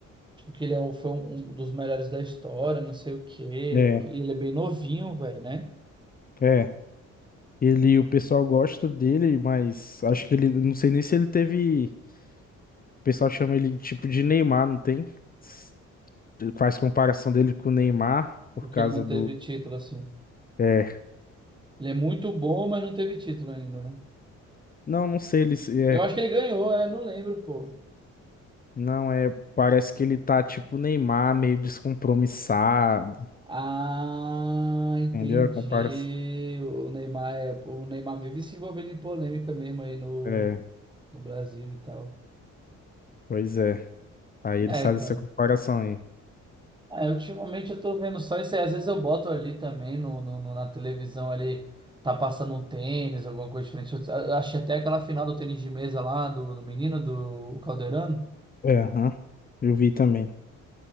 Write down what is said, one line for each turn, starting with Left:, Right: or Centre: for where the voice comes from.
Right: Tipo, que ele é, um- foi um, um dos melhores da história, não sei o quê.
Left: É,
Right: E ele é bem novinho, velho, né?
Left: é. Ele, o pessoal gosta dele, mas acho que ele, não sei nem se ele teve, o pessoal chama ele de tipo de Neymar, não tem? S- faz comparação dele com o Neymar por
Right: Porque
Left: causa
Right: ele não
Left: do,
Right: teve título assim.
Left: é,
Right: Ele é muito bom, mas não teve título ainda, né?
Left: não, não sei ele, se- é,
Right: Eu acho que ele ganhou, é, não lembro, pô.
Left: não é, parece que ele tá tipo Neymar, meio descompromissado,
Right: Ah, entendi.
Left: entendeu? A comparação.
Right: O Neymar, é- o Neymar vive se envolvendo em polêmica mesmo aí no,
Left: É,
Right: no Brasil e tal.
Left: pois é. Aí ele
Right: É,
Left: faz
Right: cara.
Left: essa comparação aí.
Right: É, ultimamente eu tô vendo só isso aí. Às vezes eu boto ali também no, no- no- na televisão ali, tá passando um tênis, alguma coisa diferente. Eu eu achei até aquela final do tênis de mesa lá, do, do menino, do Calderano.
Left: É, aham. Eu vi também.